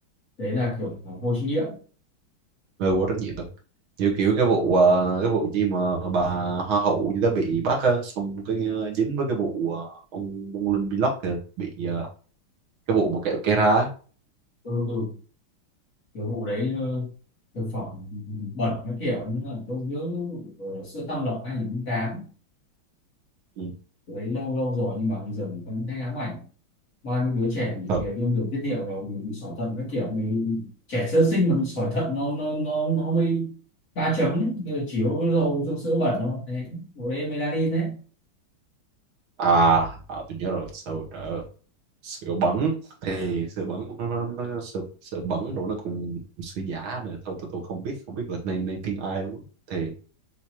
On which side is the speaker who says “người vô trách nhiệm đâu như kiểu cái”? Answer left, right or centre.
Right